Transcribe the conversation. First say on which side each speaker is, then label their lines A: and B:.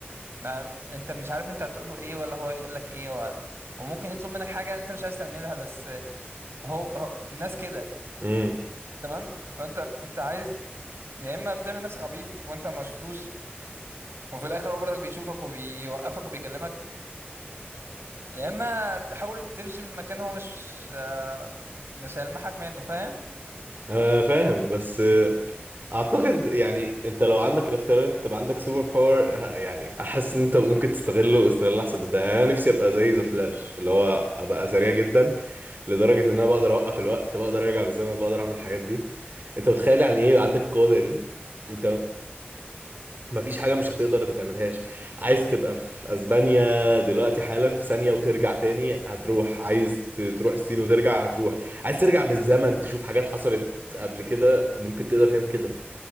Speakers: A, on the right; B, on the right.
A: ما انت مش عارف انت هتقول له ايه ولا هو يقول لك ايه و... وممكن يطلب منك حاجة انت مش عايز تعملها بس هو, هو الناس كده
B: امم
A: تمام فانت انت عايز يا اما تعمل نفسك عبيط وانت ما شفتوش وفي الاخر هو برضك بيشوفك وبيوقفك وبيكلمك يا اما تحاول تمشي من مكان هو مش آه، مش هيلمحك منه فاهم
B: انا فاهم بس اعتقد يعني انت لو عندك الاختيار إن انت تبقى عندك سوبر باور ه- يعني احس ان انت ممكن تستغله استغلال احسن من ده يعني انا نفسي ابقى زي ذا فلاش اللي هو ابقى سريع جدا لدرجه ان انا بقدر اوقف الوقت بقدر ارجع بالزمن بقدر اعمل الحاجات دي انت متخيل يعني ايه يبقى عندك القوه زي دي انت مفيش حاجه مش هتقدر ما تعملهاش عايز تبقى في اسبانيا دلوقتي حالا في ثانيه وترجع تاني هتروح عايز ت- تروح الصين وترجع هتروح عايز ترجع بالزمن تشوف حاجات حصلت قبل كده ممكن تقدر تعمل كده